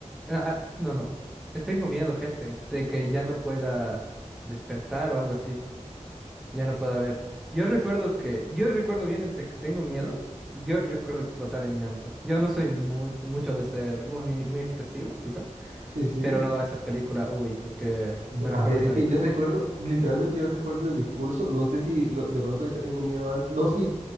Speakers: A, in the centre; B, on the right.
A: Ah, ah, no, no. Es- tengo miedo, jefe, de que ya no pueda despertar o algo así. Ya no pueda ver. Yo recuerdo que, yo recuerdo bien el te- tengo miedo y yo recuerdo explotar en llanto. Yo no soy muy, mucho de ser muy, muy expresivo, quizá,
B: Sí, sí.
A: pero no, esa película, uy, es que
B: No,
A: me
B: a
A: recuerda
B: ver,
A: hasta
B: es que
A: ahorita.
B: yo recuerdo, literalmente yo recuerdo el discurso. No sé si lo- de pronto dice tengo miedo a, No, sí,